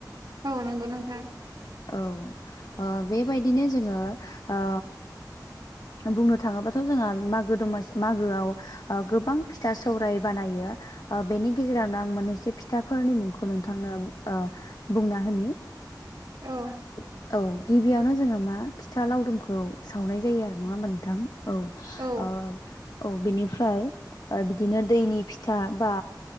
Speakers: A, on the right (about 65°); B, on the left (about 60°).
A: औ नंगौ नोंथां।
B: औ ओ बेबायदिनो जोंङो ओ बुंनो थांङोबाथ' जोंहा मागो दमासि मागोआव गोबां फिथा सौराय बानायो बेनि गेजेरावनो आं मोनैसे फिथाफोरनि मुंखौ नोंथांनो ओ बुंना होनि
A: औ
B: ओ औ गिबियावनो जोंङो मा फिथा लावदुमखौ सावनाय जायो आरो नंङा होमबा नोंथां औ
A: औ
B: ओ औ बिनिफ्राय बिदिनो दैनि फिथा बा